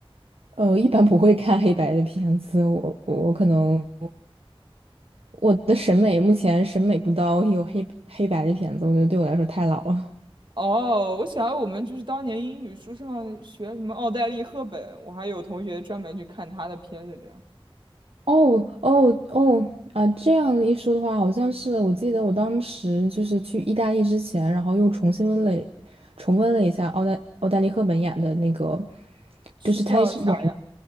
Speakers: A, on the right (about 75°); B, on the right (about 55°).
A: 呃，一般不会看黑白的片子，我我可能。我的审美目前审美不到有黑黑白的片子，我觉得对我来说太老了。
B: 哦，我想我们就是当年英语书上学什么奥黛丽·赫本，我还有同学专门去看她的片子这样。
A: 哦哦哦啊！这样一说的话，好像是我记得我当时就是去意大利之前，然后又重新温了重温了一下奥黛奥黛丽·赫本演的那个，
B: 是叫啥呀？
A: 就是她是演